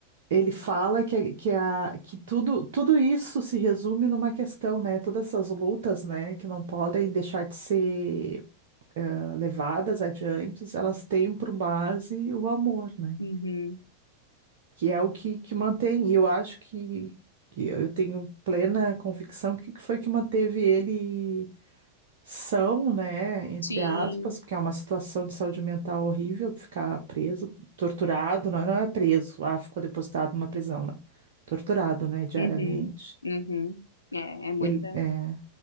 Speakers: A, on the right; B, on the left.
A: Ele fala que, é, que, é a, que tudo, tudo isso se resume numa questão, né? Todas essas lutas, né, que não podem deixar de ser ah, levadas adiante, elas têm por base o amor, né?
B: Uhum.
A: Que é o que, que mantém. E eu acho que, que eu tenho plena convicção que que foi que manteve ele são, né, entre
B: Sim.
A: aspas, porque é uma situação de saúde mental horrível ficar preso, torturado, não, não é preso, ah, ficou depositado numa prisão, não. Torturado, né, diariamente.
B: Uhum. Uhum. É, é muito.
A: Ele é,